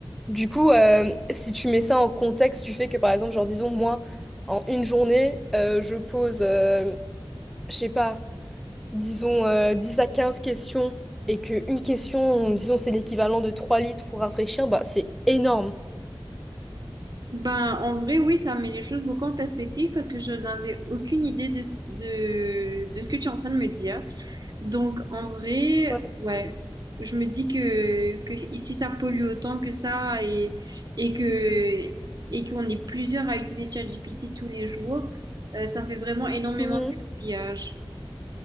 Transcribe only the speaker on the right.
Ben, en vrai, oui, ça met les choses beaucoup en perspective parce que je n'avais aucune idée de, de, de ce que tu es en train de me dire. Donc, en vrai,
ouais, je me dis que, que ici, ça pollue autant que ça et, et que, et qu'on est plusieurs à utiliser ChatGPT tous les jours, euh, ça fait vraiment énormément
de gaspillage.